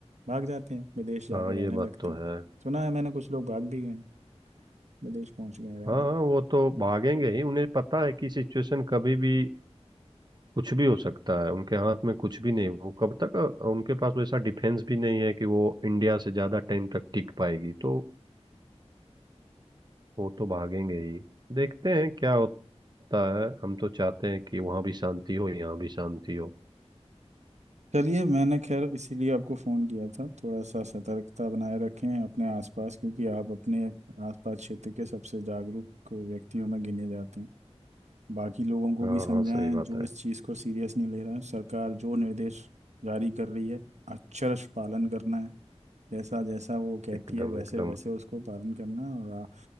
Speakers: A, on the right; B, on the right.
A: भाग जाते हैं विदेश जाके
B: हाँ
A: रहने
B: ये
A: लगते
B: बात तो
A: हैं
B: है
A: सुना है मैंने कुछ लोग भाग भी गए हैं विदेश पहुंच गए रहने
B: हाँ हाँ, वो तो भागेंगे ही उन्हें पता है कि सिचुएशन कभी भी कुछ भी हो सकता है उनके हाथ में कुछ भी नहीं वो कब तक उनके पास वैसा डिफेंस भी नहीं है कि वो इंडिया से ज्यादा टाइम तक टिक पाएगी तो वो तो भागेंगे ही देखते हैं क्या सत्ता है हम तो चाहते हैं कि वहाँ भी शांति हो यहाँ भी शांति हो
A: चलिए मैंने खैर इसीलिए आपको फ़ोन किया था थोड़ा सा सतर्कता बनाए रखें अपने आसपास क्योंकि आप अपने आसपास क्षेत्र के सबसे जागरूक व्यक्तियों में गिने जाते हैं बाकी लोगों को
B: हाँ
A: भी समझाएं
B: हाँ सही बात
A: जो
B: है
A: इस चीज़ को सीरियस नहीं ले रहा है सरकार जो निर्देश जारी कर रही है अक्षरश पालन करना है जैसा जैसा वो कहती
B: एकदम
A: है वैसे
B: एकदम
A: वैसे उसको पालन करना और आ,